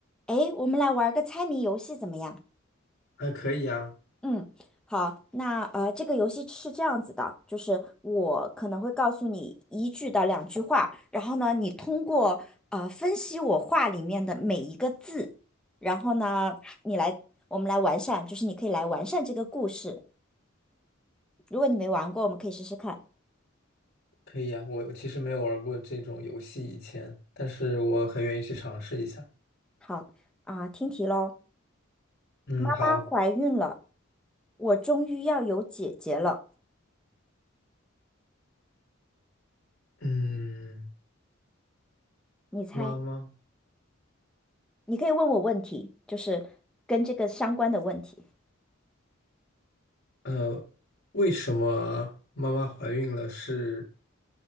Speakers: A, in the centre; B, on the left (about 55°).
A: 诶，我们来玩个猜谜游戏怎么样？
B: 还可以啊，
A: 嗯，好，那呃，这个游戏是这样子的，就是我可能会告诉你一句到两句话，然后呢，你通过呃分析我话里面的每一个字，然后呢，你来，我们来完善，就是你可以来完善这个故事。如果你没玩过，我们可以试试看。
B: 可以啊。我其实没有玩过这种游戏以前，但是我很愿意去尝试一下。
A: 好，啊，听题喽。
B: 嗯，
A: 妈妈怀孕了，
B: 好。
A: 我终于要有姐姐了。
B: 嗯，
A: 你猜，
B: 妈妈，
A: 你可以问我问题，就是跟这个相关的问题。
B: 呃，为什么妈妈怀孕了是